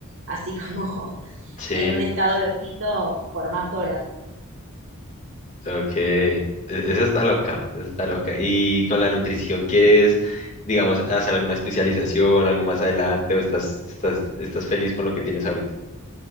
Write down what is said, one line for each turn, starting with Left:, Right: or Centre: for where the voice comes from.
Right: así como <laughs>
Left: Sí,
Right: en un estado loquito por más horas.
Left: Ok, e- esa está loca, esa está loca. ¿Y con la nutrición quieres, digamos, hacer alguna especialización, algo más adelante, o estás, estás, estás feliz con lo que tienes ahorita?